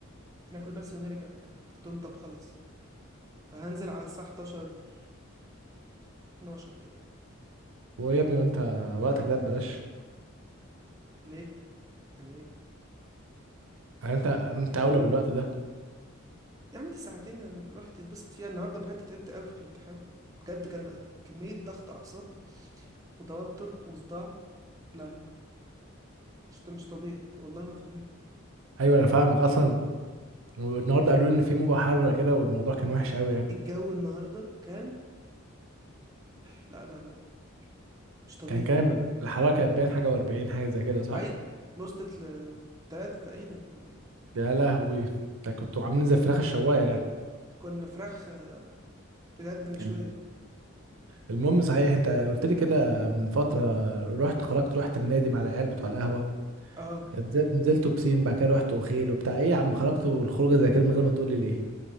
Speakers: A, on the right (about 15°); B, on the right (about 65°).
A: ناكل بس ونرجع وبتاع قلت لهم طب خلاص فهنزل على الساعه 11 12 كده يعني
B: ويا ابني وانت وقتك ده ببلاش
A: ليه يعني ايه
B: يعني انت انت اولى بالوقت ده
A: يا عم دي ساعتين هنروح تتبسط فيها النهارده بجد تعبت قوي في الامتحان بجد كان كمية ضغط أعصاب وتوتر وصداع لا لا لا مش مش طبيعي والله ما طبيعي
B: ايوه انا فاهمك اصلا والنهارده قالوا لي ان في موجة حارة كده والموضوع كان وحش قوي يعني
A: الجو النهارده كان لا لا لا مش طبيعي
B: كان كام الحرارة كانت باين حاجة و40 حاجة زي كده صح
A: أي وصلت لتلاتة تقريبا ولا
B: يا لهوي ده كنتوا عاملين زي الفراخ الشوايه يعني
A: كنا فراخ بجد مشوية
B: الم- المهم صحيح انت قلت لي كده من فتره رحت خرجت رحت النادي مع العيال بتوع القهوه
A: اه
B: نزل- نزلتوا بسين بعد كده رحتوا خيل وبتاع ايه يا عم خرجتوا الخروجه زي كده من غير ما تقول لي ليه